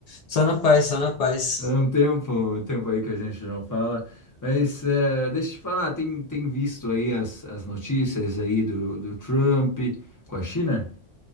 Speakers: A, on the left; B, on the left.
A: Só na paz, só na paz.
B: É um tempo, um tempo aí que a gente não fala. Mas eh, deixa eu te falar, tem, tem visto aí as, as notícias aí do, do Trump com a China?